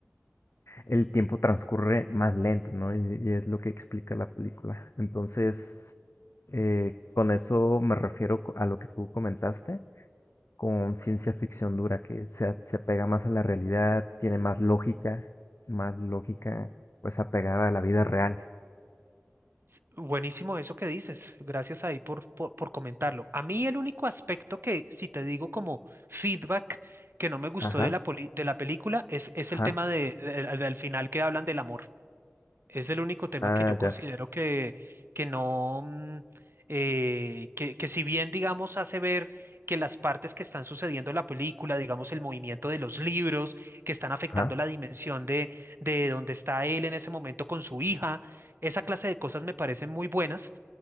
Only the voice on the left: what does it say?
el tiempo transcurre más lento, ¿no? Y, y es lo que explica la película. Entonces, eh, con eso me refiero co- a lo que tú comentaste, con ciencia ficción dura, que se, a- se apega más a la realidad, tiene más lógica, más lógica, pues apegada a la vida real.
Ajá,
ajá,
ah,
ya,
ajá.